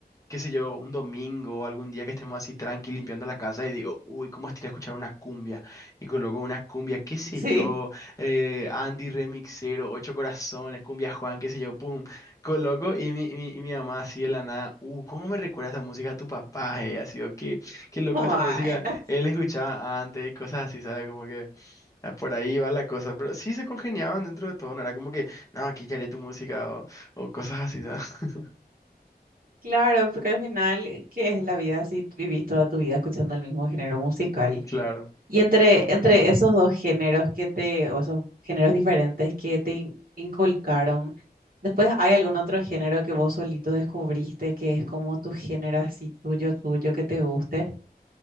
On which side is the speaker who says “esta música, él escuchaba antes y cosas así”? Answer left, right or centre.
Left